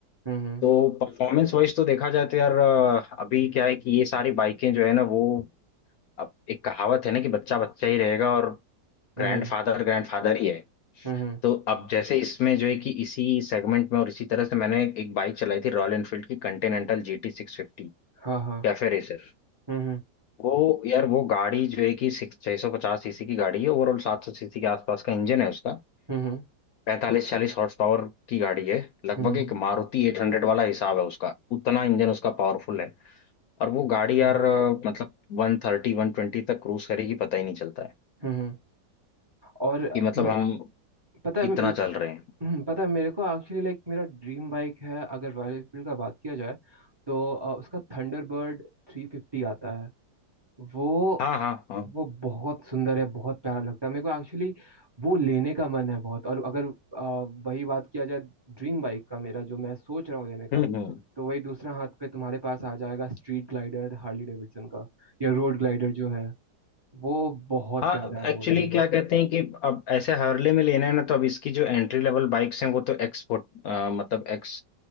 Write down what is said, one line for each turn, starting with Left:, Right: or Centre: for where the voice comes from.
Right: हम्म हम्म
Left: तो परफॉर्मेंस वाइज तो देखा जाए तो यार अ, अभी क्या है कि ये सारी बाइकें जो है ना वो अब एक कहावत है ना कि बच्चा बच्चा ही रहेगा और ग्रैंड
Right: हम्म
Left: फादर ग्रैंड फादर ही है
Right: हम्म, हम्म,
Left: तो अब जैसे इसमें जो है कि इसी सेगमेंट में और इसी तरह से मैंने एक, एक बाइक चलाई थी रॉयल एनफील्ड की Continental G T सिक्स फिफ्टी
Right: हाँ हाँ
Left: cafe racer
Right: हम्म हम्म
Left: वो यार वो गाड़ी जो है कि सिक्स छह सौ पचास सीसी की गाड़ी है ओवरऑल सात सौ सीसी के आसपास का इंजन है उसका
Right: हम्म
Left: पैंतालीस चालीस हॉर्स पावर की गाड़ी है लगभग
Right: हम्म, हम्म,
Left: एक मारुति एट हंड्रेड वाला हिसाब है उसका उतना इंजन उसका पावरफुल है और वो
Right: अच्छा
Left: गाड़ी यार अ, मतलब वन थर्टी वन ट्वेंटी तक क्रूज करेगी पता ही नहीं चलता है
Right: हम्म हम्म, और
Left: कि मतलब
Right: मैं
Left: हम
Right: पता है
Left: इतना
Right: म-
Left: चल रहे हैं
Right: हम्म, पता है मेरे को एक्चुअली लाइक मेरा ड्रीम बाइक है अगर रॉयल एनफील्ड का बात किया जाए तो अ, उसका थंडरबर्ड थ्री फिफ्टी आता है वो
Left: हाँ हाँ हाँ
Right: वो बहुत सुंदर है बहुत प्यारा लगता है मेरे को एक्चुअली वो लेने का मन है बहुत और अगर आ, वही बात किया जाए ड्रीम बाइक का मेरा जो मैं सोच रहा हूँ लेने का
Left: हम्म हम्म
Right: तो वही दूसरा हाथ पे तुम्हारे पास आ जाएगा स्ट्रीट ग्लाइडर हार्ली डेविडसन का या रोड ग्लाइडर जो है वो बहुत
Left: हाँ
Right: प्यारा है
Left: एक्चुअली
Right: वो दोनों
Left: क्या कहते हैं कि अब ऐसे हार्ले में लेना है ना तो अब इसकी जो एंट्री लेवल बाइक्स हैं वो तो एक्स मतलब एक्स